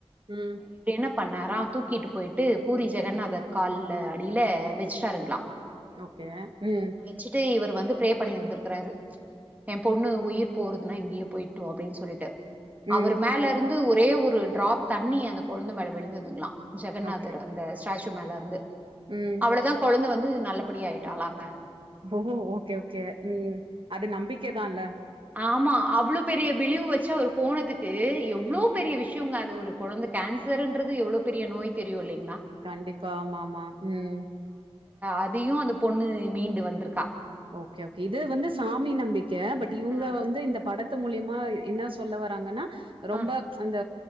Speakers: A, on the right; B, on the right.
A: உம்
B: இவரு என்ன பண்ணாரா தூக்கிட்டு போயிட்டு பூரி ஜெகநாதர் கால்ல அடியில வச்சுட்டாருங்களா
A: ஓகே ம்.
B: வச்சிட்டு இவரு வந்து பிரே பண்ணிருந்திருக்கிறாரு எம் பொண்ணு உயிர் போறதுனா இங்கயே போயிர்ட்டோ அப்படின்னு சொல்லிட்டு
A: ம்.
B: அவர் மேல இருந்து ஒரு ஒரே ஒரு டிராப் தண்ணி அந்த கொழந்தை மேல விழுந்ததுங்களா ஜெகநாதர்
A: ஓகே.
B: அந்த ஸ்டேச்சு மேல இருந்து
A: ம்.
B: அவளதா கொழந்தை வந்து நல்லபடியா ஆயிட்டாளாங்க
A: ஓஹ் ஓகே ஓகே உம் அது நம்பிக்கைதா இல்ல
B: ஆமா அவ்வளோ பெரிய பிலிவு வச்சு அவரு போனதுக்கு எவ்வளோ பெரிய விஷயங்க ஒரு குழந்த கேன்சருன்றது எவ்வளோ பெரிய நோய் தெரியு இல்லை
A: கண்டிப்பா ஆமாமா உம்
B: அதையும் அந்த பொண்ணு மீன் வந்திருக்கா
A: ஓகே ஓகே இது வந்து சாமி நம்பி கே பட் இவங்க
B: ஆ
A: வந்து இந்த படத்தை மூலியமா என்ன சொல்ல வராங்கன்னா ரொம்ப
B: ஆ
A: அந்த